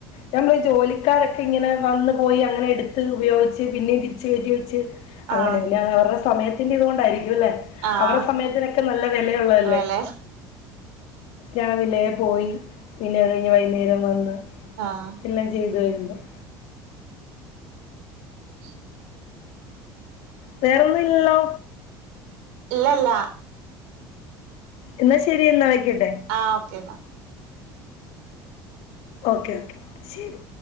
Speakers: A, on the left; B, on the right.
A: ഞമ്മള് ഈ ജോലിക്കാരൊക്കെ ഇങ്ങനെ വന്ന് പോയി അങ്ങനെ ട്ത്ത് ഉപയോഗിച്ച് പിന്നെയും തിരിച്ച് കേറ്റി വെച്ച് അങ്ങനെ
B: ആഹ്
A: പിന്നെ അവരുടെ സമയത്തിന്റെ ഇതുകൊണ്ടായിരിക്കുംല്ലേ
B: ആഹ്
A: അവരെ സമയത്തിനൊക്കെ നല്ല വെലയുള്ളതല്ലേ
B: വെല
A: രാവിലെ പോയി പിന്നെ അത് കയ്ഞ്ഞ് വൈന്നേരം വന്ന്
B: ആ
A: എല്ലാം ചെയ്തു വരുമ്പം
B: <inaudible>
A: വേറൊന്നുല്ലല്ലോ
B: ഇല്ലല്ല
A: ഇന്നാ ശരി എന്നാ വയ്ക്കട്ടെ
B: ആ ഓക്കെ ന്നാ
A: ഓക്കെ ഓക്കെ ശരി